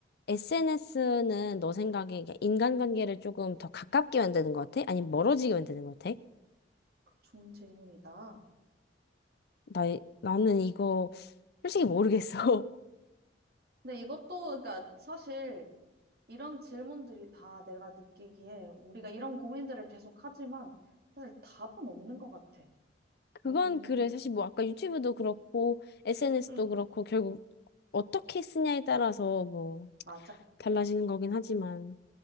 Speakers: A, on the left; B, on the right.
A: SNS는 너 생각에 이게 인간관계를 조금 더 가깝게 만드는 것 같아? 아니면 멀어지게 만드는 것 같아?
B: 좋은 질문이다.
A: 나, 나는 이거 솔직히
B: 응.
A: 모르겠어.
B: 근데 이것도, 그러니까 사실 이런 질문들이 다 내가 느끼기에 우리가 이런 고민들을 계속 하지만 사실 답은 없는 것 같아.
A: <laughs> 그건
B: 음,
A: 그래. 사실 뭐 아까 유튜브도 그렇고 SNS도
B: 응,
A: 그렇고 결국 어떻게 쓰냐에 따라서 뭐
B: 맞아.
A: 달라지는 거긴 하지만.